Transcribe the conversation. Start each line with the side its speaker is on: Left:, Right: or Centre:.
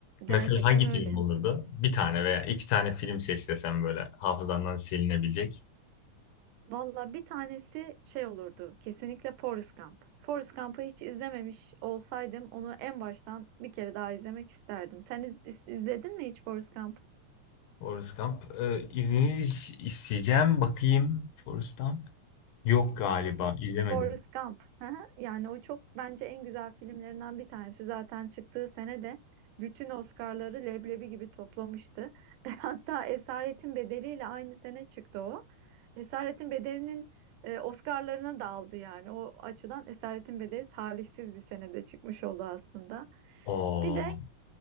Right: gerçekten
Left: Mesela hangi
Right: öyle.
Left: film olurdu? Bir tane veya iki tane film seç desem böyle hafızandan silinebilecek.
Right: Valla bir tanesi şey olurdu. Kesinlikle Forrest Gump. Forrest Gump'ı hiç izlememiş olsaydım onu en baştan bir kere daha izlemek isterdim. Sen iz- iz- izledin mi hiç Forrest Gump'ı?
Left: Forrest Gump. Ee, izninizi isteyeceğim. Bakayım Forrest Gump. Yok galiba izlemedim.
Right: Forrest Gump. Hı hı. Yani o çok bence en güzel filmlerinden bir tanesi. Zaten çıktığı sene de bütün Oscar'ları leblebi gibi toplamıştı. <laughs> Hatta Esaretin Bedeli'yle aynı sene çıktı o. Esaretin Bedeli'nin e, Oscar'larına da aldı yani. O açıdan Esaretin Bedeli talihsiz bir senede çıkmış oldu aslında.
Left: Oo,
Right: Bir de